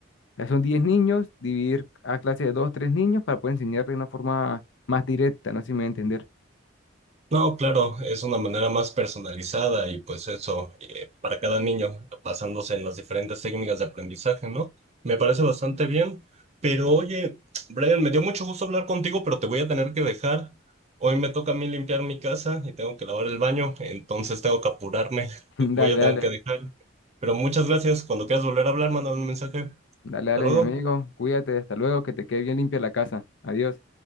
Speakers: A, on the left; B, on the right.
A: ya son 10 niños, dividir a clase de 2 3 niños para poder enseñar de una forma más directa, no sé si me voy a entender.
B: No, claro, es una manera más personalizada y pues eso, eh, para cada niño, basándose en las diferentes técnicas de aprendizaje, ¿no? Me parece bastante bien, pero oye, Brian, me dio mucho gusto hablar contigo, pero te voy a tener que dejar. Hoy me toca a mí limpiar mi casa y tengo que lavar el baño, entonces tengo que apurarme, <laughs>
A: <laughs>
B: Te voy
A: Dale,
B: a tener
A: dale,
B: que dejar. Pero muchas gracias, cuando quieras volver a hablar, mándame un mensaje.
A: dale,
B: Hasta
A: dale,
B: luego.
A: mi amigo, cuídate, hasta luego, que te quede bien limpia la casa. Adiós.